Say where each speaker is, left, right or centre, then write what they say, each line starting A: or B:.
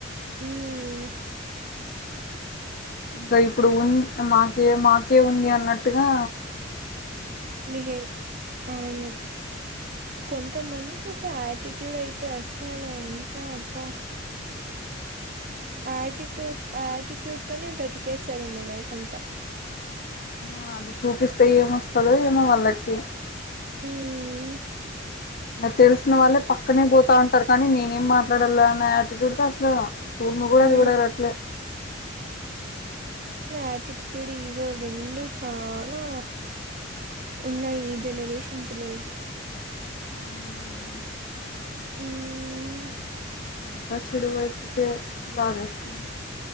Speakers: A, on the right; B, on the left.
A: హ్మ్
B: ఇంకా ఇప్పుడు ఉన్ మాకే మాకే ఉంది అ నట్టుగా
A: బిహెవే అవును కొంతమందికి. టటిట్యూడ్ అయితే అస్సలు ఎంత అబ్బా ఆటిట్యూడ్ ఆటిట్యూడ్ తోనే బ్రతికేస్తారేమో లైఫ్ అంతా
B: ఆహ్ అది చూపిస్తే ఏం మొస్తాదో ఏమో వాళ్ళకి
A: మ్మ్
B: తెలిసిన వాళ్ళే పక్కనే బోతాంట్ర్ కానీ నేనేం మాట్లాడాల ఆటిట్యూడ్ తో అస్సల చూడన్ గూడా
A: ఆ
B: చూడరు రట్లే
A: ఆటిట్యూడ్ ఈగో రెండు చానా ఉన్నాయి ఈ జనరేషన్ పిల్లలకి
B: మ్మ్
A: ఇది వ్ మ్మ్మ్మ్
B: అంత చెడు వైపుకే లాగెస్ మ్మ్